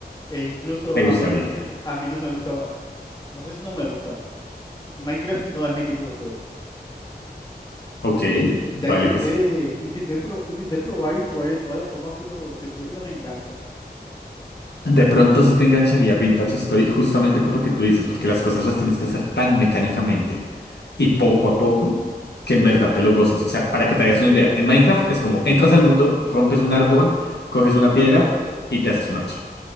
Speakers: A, on the left; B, on the left.
A: E incluso
B: ¿Te
A: a
B: gustaría?
A: mí, a mí no me gusta. No sé si no me gusta. Minecraft no es mi tipo de juego.
B: Ok, vale,
A: Ya intenté,
B: pues
A: intenté, pro- intenté probar y jugar de todas las formas, pero te juro que no me engancha.
B: de pronto sí te engancharía Vintage Story justamente por lo que tú dices, porque las cosas las tienes que hacer tan mecánicamente y poco a poco que en verdad te lo gozas. O sea, para que te hagas una idea, en Minecraft es como entras al mundo, rompes un árbol, coges una piedra y te haces un hacha.